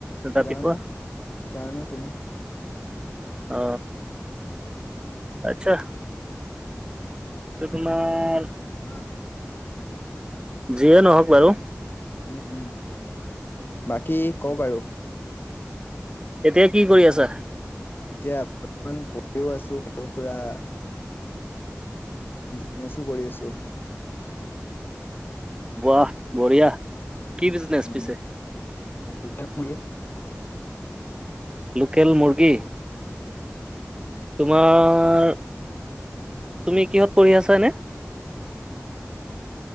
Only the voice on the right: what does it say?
ৰাতিপুৱা
অ, আচ্ছা। সেইটো তোমাৰ-
যিয়ে নহওক বাৰু।
এতিয়া কি কৰি আছা?
বোৱা, বঢ়িয়া। কি বিজনেচ
পিছে
লোকেল মৰ্গী। তোমাৰ, কিহত পঢ়ি আছা নে?